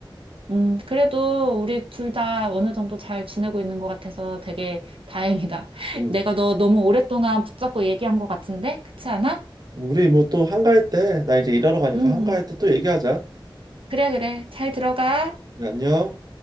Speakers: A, on the right; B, on the right.
A: 음, 그래도 우리 둘 다 어느 정도 잘 지내고 있는 것 같아서 되게 다행이다.
B: 응.
A: <laughs> 내가 너 너무 오랫동안 붙잡고 얘기한 것 같은데? 그렇지 않아?
B: 우리 뭐 또 한가할 때, 나 이제 일하러 가니까
A: 음,
B: 한가할 때 또 얘기하자.
A: 그래, 그래. 잘 들어가.
B: 그래, 안녕.